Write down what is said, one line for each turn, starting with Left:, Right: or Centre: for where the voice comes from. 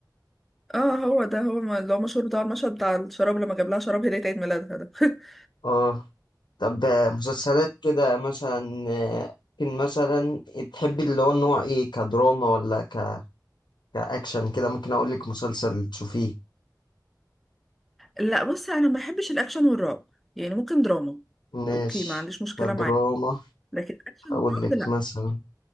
Centre: اه هو ده هو ما- اللي هو مشهور بتاع المشهد بتاع الشراب لما جاب لها شراب هدية عيد ميلادها ده <laughs>
Left: اه طب آه، مسلسلات كده مثلا آه، ممكن مثلا تحبي اللي هو النوع ايه كدراما ولا ك... كأكشن كده ممكن اقول لك مسلسل تشوفيه
Centre: لا بصي انا ما بحبش الاكشن والرعب يعني ممكن دراما
Left: ماشي
Centre: اوكي ما عنديش مشكلة
Left: كدراما
Centre: معاه لكن اكشن
Left: اقول
Centre: ورعب
Left: لك
Centre: لا
Left: مثلا